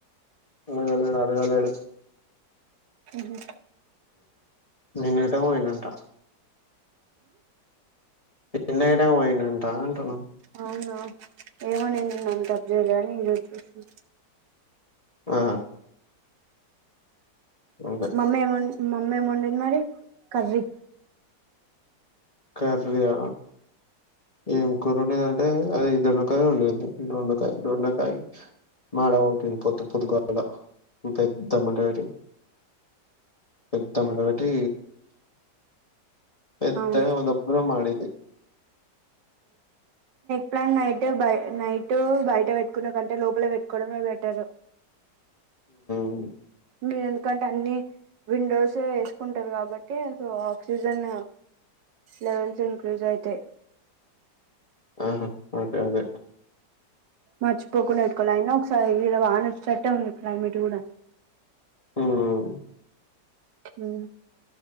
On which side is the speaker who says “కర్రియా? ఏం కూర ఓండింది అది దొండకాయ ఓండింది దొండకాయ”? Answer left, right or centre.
Left